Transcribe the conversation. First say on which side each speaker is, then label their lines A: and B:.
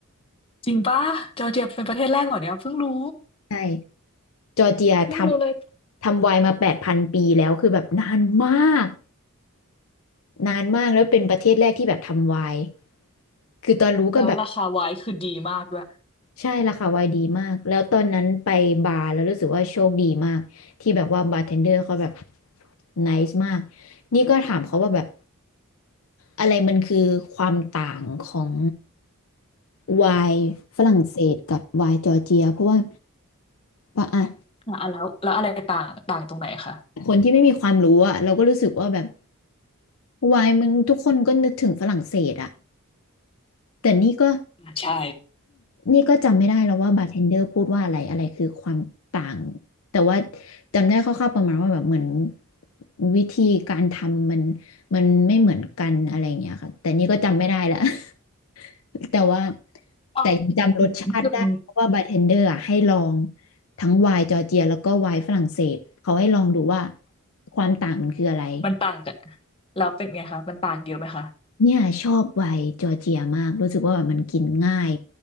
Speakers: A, on the left (about 25°); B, on the left (about 70°).
A: จริงปะจอร์เจียเป็นประเทศแรกเหรอเนี่ยเพิ่งรู้
B: ใช่ จอร์เจียทำทำไวน์มาแปดพันปีแล้วคือแบบนานมาก
A: เพิ่งรู้เลย
B: นานมากแล้วเป็นประเทศแรกที่แบบทำไวน์คือตอนรู้ก็แบบ
A: แล้วราคาไวน์คือดีมากด้วย
B: ใช่ราคาไวน์ดีมากแล้วตอนนั้นไปบาร์แล้วรู้สึกว่าโชคดีมากที่แบบว่าบาร์เทนเดอร์เขาแบบไนซ์มากนี่ก็ถามเขาว่าแบบอะไรมันคือความต่างของไวน์ฝรั่งเศสกับไวน์จอร์เจียเพราะว่าปะอ่ะ
A: อ่ะแล้วแล้วอะไรต่างต่างตรงไหนคะ
B: คนที่ไม่มีความรู้อะเราก็รู้สึกว่าแบบ วายมันทุกคนก็นึกถึงฝรั่งเศสอะแต่นี่ก็
A: อ่าใช่
B: นี่ก็จำไม่ได้แล้วว่าบาร์เทนเดอร์พูดว่าอะไรอะไรคือความต่างแต่ว่าจำได้คร่าวๆประมาณว่าแบบเหมือนวิธีการทำมันมันไม่เหมือนกันอะไรอย่างเงี้ยค่ะแต่นี่ก็จำไม่ได้ละ <laughs> แต่ว่า
A: อ๋อ
B: แต่ยังจำรสชาติได้เพราะว่าบาร์เทนเดอร์อะให้ลอง
A: นิดนึง
B: ทั้งไวน์จอร์เจียแล้วก็ไวน์ฝรั่งเศสเขาให้ลองดูว่าความต่างมันคืออะไร
A: มันต่างกันแล้วเป็นไงคะมันต่างเยอะไหมคะ
B: เนี่ยชอบไวน์จอร์เจียมากรู้สึกว่าแบบมันกินง่าย